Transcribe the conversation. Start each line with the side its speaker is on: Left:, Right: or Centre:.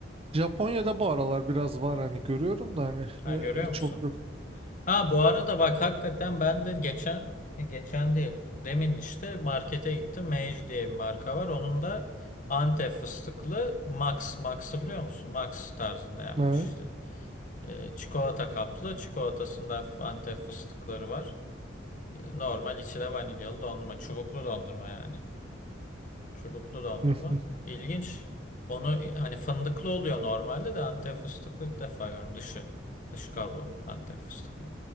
Right: Japonya'da bu aralar biraz var hani görüyorum da hani
Left: Ha, görüyor
Right: e,
Left: musun?
Right: çok yok.
Left: Ha bu arada bak hakikaten ben de geçen e, geçen değil bu- demin işte markete gittim. Mage diye bir marka var. Onun da Antep fıstıklı Max Max'ı biliyor musun? Max tarzında yapmış
Right: Evet.
Left: işte. E, çikolata kaplı. Çikolatasında hafif Antep fıstıkları var. E, normal içi de vanilyalı dondurma. Çubuklu dondurma yani. Çubuklu dondurma.
Right: Hı,
Left: İlginç. Onu e, hani fındıklı oluyor normalde de Antep fıstıklı ilk defa görüyorum. Dışı. Dış kabuğu Antep fıstıklı.